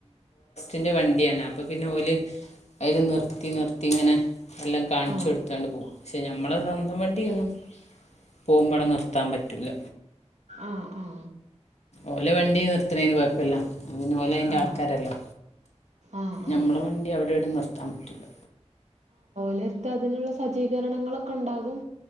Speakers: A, on the left; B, on the right.
A: ൻ്റെ വണ്ടി ആണ് അപ്പപ്പിന്നെ ഓല് അയില് നിർത്തി നിർത്തി നിർത്തിയിങ്ങനെ എല്ലാം കാണിച്ചൊടുത്താണ്
B: ആ
A: പോം പശേ ഞമ്മളെ സ്വന്തം വണ്ടിയിൽ പോകുമ്പം അവിടെ നിർത്താൻ പറ്റൂല
B: ആ ആ
A: ഓല വണ്ടി നിർത്തണേന് കുഴപ്പല്ല ഓലയിൻ്റെ
B: ആ
A: ആൾക്കാല്ലേ
B: ആഹ് ആഹ്
A: ഞമ്മളെ വണ്ടി അവിടെ എവിടേം നിർത്താൻ പറ്റൂല്ല
B: നിർത്താൻ അതിനുള്ള സജീകരണങ്ങൾ ഒക്കെ ഉണ്ടാകും